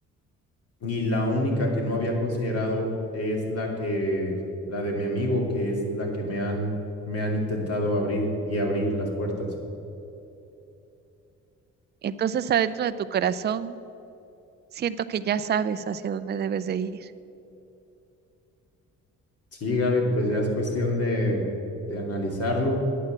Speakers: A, on the left; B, on the right.
A: Y la única que no había considerado es la que, la de mi amigo, que es la que me han, me han intentado abrir y abrir las puertas.
B: Entonces, adentro de tu corazón, siento que ya sabes hacia dónde debes de ir.
A: Sí, Gaby, pues ya es cuestión de, de analizarlo,